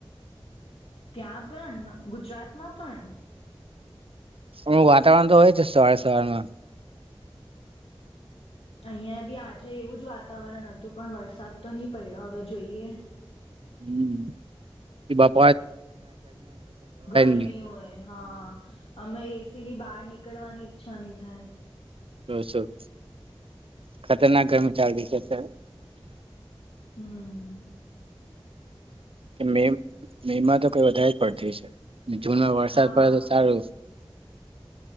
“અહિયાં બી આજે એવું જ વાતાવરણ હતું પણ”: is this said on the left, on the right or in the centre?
Left